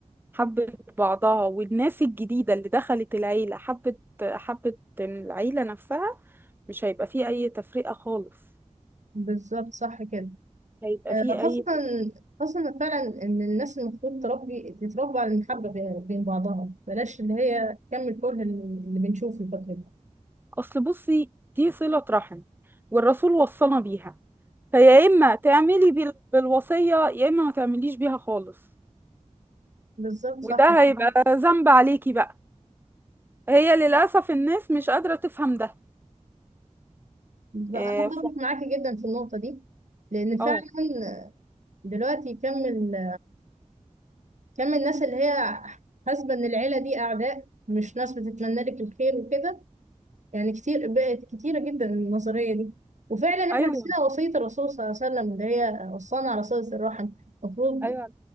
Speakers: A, on the right; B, on the right.
A: حبت بعضها والناس الجديدة اللي دخلت العيلة حبت حبت العيلة نفسها مش هيبقى فيه أي تفرقة خالص
B: بالظبط صح كده
A: هيبقى
B: آه،
A: فيه
B: خاصه
A: أي
B: خاصه فعلا ان الناس المفروض تربي تتربى على المحبه بي- بين بعضها بلاش اللي هي كم الكره اللي بنشوفه الفتره دي
A: أصل بصي دي صلة رحم والرسول وصانا بيها فيا إما تعملي بال- بالوصية يا إما ما تعمليش بيها خالص
B: بالظبط صح
A: وده
B: كده
A: هيبقى ذنب عليكي بقى هي للأسف الناس مش قادرة تفهم ده
B: بالظبط. انا
A: إيه،
B: اتفق
A: ف-
B: معاكي جدا في النقطه دي لان فعلا
A: اه
B: دلوقتي كم ال- كم من الناس اللي هي حاسبة إن العيلة دي أعداء مش ناس بتتمنى لك الخير وكده يعني كتير بقت كتيرة جدا النظرية دي وفعلا احنا
A: أيوه
B: نسينا وصية الرسول صلى الله عليه وسلم اللي هي وصانا على صلة الرحم المفروض
A: أيوه